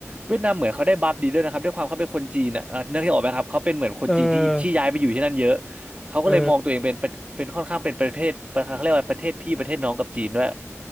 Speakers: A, on the right; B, in the centre.
A: เวียดนามเหมือนเขาได้บัฟดีด้วยนะครับด้วยความเขาเป็นคนจีนอ่ะอ่ะเนื่องที่ออกไหมครับเขาเป็นเหมือนคนจีนที่ที่ย้ายไปอยู่ที่นั่นเยอะ
B: เออ
A: เขาก็เลยมองตัวเองเป็นเป็นเป็นค่อนข้างเป็นประเทศประเขาเรียกว่าประเทศพี่ประเทศน้องกับจีนด้วย
B: เออ